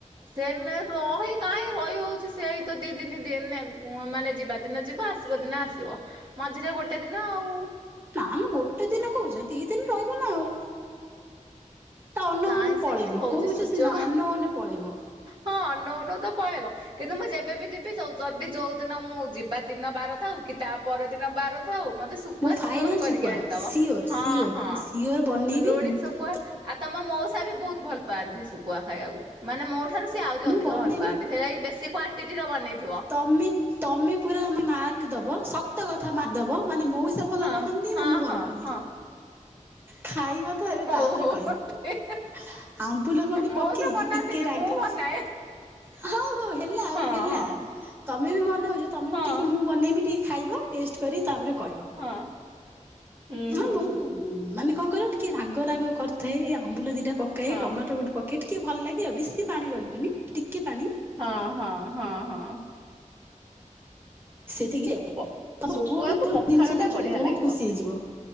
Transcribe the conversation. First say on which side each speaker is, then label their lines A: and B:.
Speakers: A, on the right; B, on the right.
A: ତେମେ ରହି କାହିଁଁ ରହି ହଉଛି ସେଇ ତ ଦି ଦିନି ଦିନ ମାନେ ଯିବା ଦିନ ଯିବ ଆ ସିବା ଦିନେ ଆସିବ ମଝିରେ ଗୋଟେ ଦିନ ଆଉ।
B: ନା ମ ଗୋଟେ ଦିନ କହୁଛ ଦି ଦିନ ରହିବ ନା ଆଉ। ତା ଅନୋଉ
A: କାହିଁ
B: ଅନୋଉ ପଳେଇବ
A: ସେମିତି ହଉଛି
B: କହୁଛ
A: ସୁଯୋଗ।
B: ସିନା ଅନୋଉ ଅନୋଉ ପଳେଇବ।
A: ହଁ ଅନଉ ଅନଉ ତ ପଳେଇବ କିନ୍ତୁ ମୁଁ ଯେବେବି ଯିବି ଯଦି ଯୋଉ ଦିନ ମୁଁ ଯିବା ଦିନ ବାର ଥାଉ କି ତା ପର ଦିନ ବାର ଥାଉ ମତେ ଶୁଖୁଆ
B: ମୁଁ ଫାଇନାଲ
A: ସିଓର କରିକି
B: ଶୁଖୁଆ
A: ଆଣିଦବ
B: ସିଓର
A: ହଁ
B: ସିଓର
A: ହଁ
B: ମୁଁ ସିଓର ବନେଇବି।
A: ଲୁଣି ଶୁଖୁଆ
B: ତ
A: ଆଉ ତମ ମଉସା ବି ବହୁତ ଭଲ ପାଆନ୍ତି ଶୁଖୁଆ ଖାଇବାକୁ। ମାନେ ମୋଠାରୁ ସିଏ ଆହୁରି
B: ମୁଁ
A: ଅଧିକ
B: ବନେଇମି
A: ଭଲ ପାଆନ୍ତି ସେଇନା କିି ବେଶୀ କ୍ୱାଣ୍ଟିର ବନେଇଥିବ।
B: ଅମିତ ତମେ ପୁରା ଆମେ ମାର୍କ ଦବ ସତ କଥା ମାର୍କ ଦବ ମାନେ ମୋଉସା ଭଲ
A: ହଁ
B: ବନାନ୍ତି
A: ହଁ
B: ନା ମୁଁ ଭଲ
A: ହଁ
B: ବନେଇଲି।
A: ହଁ
B: ଖାଇବ ଥରେ
A: ହଉ
B: ତାପରେ କହିବ।
A: ହଉ
B: ଆମ୍ବୁଲ ଖଣ୍ଡେ
A: ମଉସା
B: ପକେଇକି
A: ବନାନ୍ତିନି
B: ଟିକେ ରାଗ
A: ମୁଁ ବନାଏ
B: ହଉ ହଉ ହେଲା ଆଉ
A: ହଁ
B: ହେଲା
A: ହଁ
B: ତମେ ବି ବନାଉଛ ତମେ
A: ହଁ
B: ବି ଟିକେ ମୁଁ ବନେଇବି ଟିକେ ଖାଇବ ଟେଷ୍ଟ କରି ତାପରେ କହିବ।
A: ହଁ ହୁଁ
B: ହଁ
A: ହୁଁ
B: ମୁଁ
A: ହୁଁ।
B: ମାନେ କଣ କହିଲ ଟିକେ ରାଗ ରାଗ କରିଥାଏ ଆମ୍ବୁଲ ଦିଟା ପକେଇ
A: ହଁ
B: ଟମାଟୋ ଗୋଟେ ପକେଇକି ଟିକେ ଭଲ ଲାଗେ ଆଉ ବେଶୀ ପାଣି ରହିବନି ଟିକିଏ ପାଣି।
A: ହଁ ହଁ ହଁ ହଁ।
B: ସେତିକି
A: ପ
B: ତମେ
A: ଶୁଖୁଆକୁ
B: <unintelligible>
A: ପଖାଳ
B: ଜିନିଷ
A: ଟା
B: ଦେଖିଲେ
A: ବଢିଆ
B: ବହୁତ
A: ଲାଗିବ।
B: ଖୁସି ହେଇଯିବ।